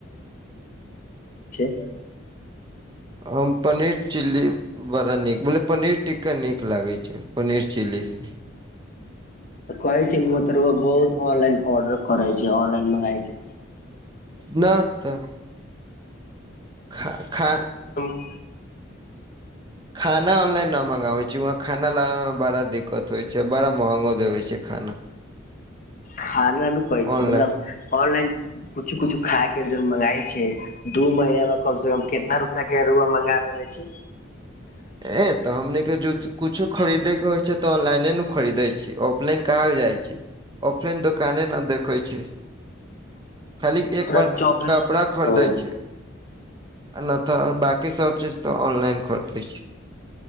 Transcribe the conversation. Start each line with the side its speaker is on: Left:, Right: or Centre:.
Left: <unintelligible>
Right: हम पनीर चिल्ली बड़ा नीक बोलें पनीर टिक्का नीक लागैत छै पनीर चिली से
Left: कहै छै कि मत रौआ बहुत ऑनलाइन ऑर्डर करै छी ऑनलाइन मँगाइ छै
Right: ना तऽ खा खा
Left: <unintelligible>
Right: खाना ऑनलाइन न मंगाबे छी वहाँ खाना लाबे मे बड़ा दिक्कत होइ छै बड़ा महंगो देबै छै खाना
Left: खाना नू नै कहै छै
Right: ऑनलाइन
Left: मतलब ऑनलाइन कुछो कुछो खाए केँ जे मंगाइ छै दू महीना मे कम से कम कितना रुपआ केँ रौआ मंगाेे लेले छी
Right: ए तऽ हमनी केँ जो कुछो खरीदे केँ होइ छै तऽ ऑनलाइने नऽ खरीदे छी ऑफलाइन का होजाइ छै <inaudible> ऑफलाइन दोकाने न देखै छिए खाली
Left: मतलब
Right: एक बार
Left: चौबीस
Right: कपड़ा खरीदै
Left: ओ
Right: छिए नहि तऽ बकी सब चीज तऽ ऑनलाइन खरीदै छी